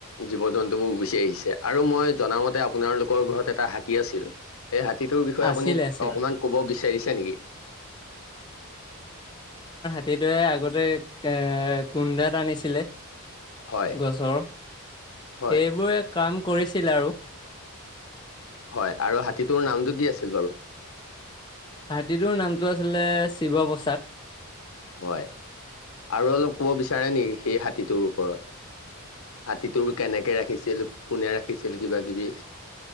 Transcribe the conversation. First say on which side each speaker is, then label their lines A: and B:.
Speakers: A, on the left; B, on the left.
A: জীৱ জন্তুবোৰ গুচি আহিছে আৰু মই জনা মতে আপোনাৰ লোকৰ ঘৰত এটা হাতী আছিল এই হাতীটোৰ বিষয়ে
B: আছিলে
A: আপুনি
B: আছিল
A: অকমান ক'ব বিচাৰিছে নেকি?
B: সেইদৰে আগতে এ কুন্ধা তানিছিলে।
A: হয়
B: গছৰ
A: হয়
B: সেইবোৰে কাম কৰিছিল আৰু
A: হয়, আৰু হাতীটোৰ নামটো কি আছিল বাৰু?
B: হাতীটোৰ নামটো আছিলে শিৱপ্ৰসাদ
A: হয় আৰু অলপ কব বিচাৰে নেকি সেই হাতীটোৰ ওপৰত? হাতীটোৰ কেনেকে ৰাখিছিল, কোনে ৰাখিছিল কিবা কিবি